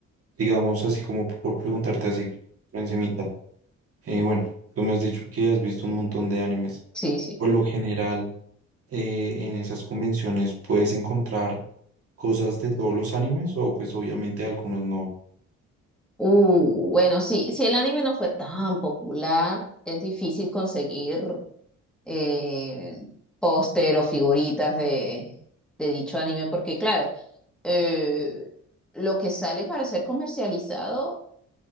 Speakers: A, on the right (about 50°); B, in the centre.
A: digamos así como por preguntarte así encimita. eh, bueno, tú me has dicho que has visto un montón de animes.
B: Sí, sí.
A: Por lo general, eh, en esas convenciones puedes encontrar cosas de todos los animes o pues obviamente algunos no.
B: Uh, bueno, sí, si el anime no fue tan popular, es difícil conseguir eh, póster o figuritas de, de dicho anime, porque claro, eh, lo que sale para ser comercializado